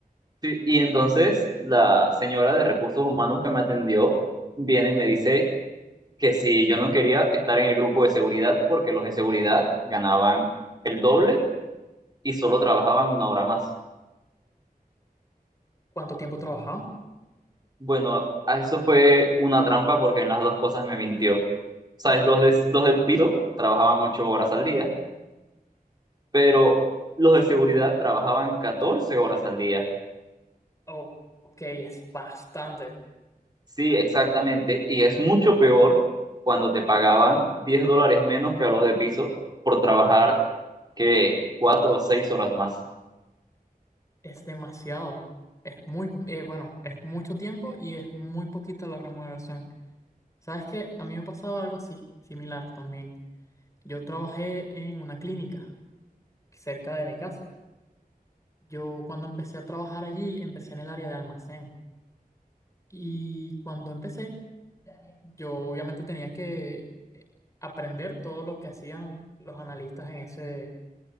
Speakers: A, on the right; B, on the left.
A: Sí, y entonces la señora de recursos humanos que me atendió viene y me dice que si yo no quería estar en el grupo de seguridad porque los de seguridad ganaban el doble y solo trabajaban una hora más.
B: ¿Cuánto tiempo trabajaba?
A: Bueno, a eso fue una trampa porque en las dos cosas me mintió. Sabes, los de, los de piso trabajaban ocho horas al día, pero los de seguridad trabajaban 14 horas al día.
B: O- Ok, es bastante,
A: Sí, exactamente. Y es mucho peor cuando te pagaban 10 dólares menos que a los de piso por trabajar que cuatro o seis horas más.
B: es demasiado. Es muy, eh, bueno, es mucho tiempo y es muy poquita la remuneración. ¿Sabes qué? A mí me pasaba algo así, similar también. Yo trabajé en una clínica cerca de mi casa. Yo cuando empecé a trabajar allí, empecé en el área de almacén. Y cuando empecé, yo obviamente tenía que aprender todo lo que hacían los analistas en ese,